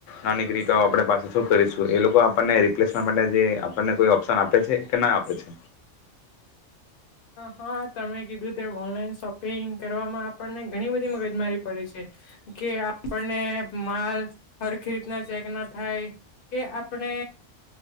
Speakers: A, on the left; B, on the left.
A: ન નીકળી તો. આપડે પાસા શું કરીશું એ લોકો આપણને રિપ્લેસમેન્ટ માટે જે આપણને કોઈ ઓપ્શન આપે છે કે ના આપે છે.
B: હા તમે કીધું તે ઓનલાઈન શોપિંગ કરવામાં આપણને ઘણી બધી મગજ મારી પડે છે કે આપણને માલ હરખી રીતના ચેક ના થાય કે આપણે.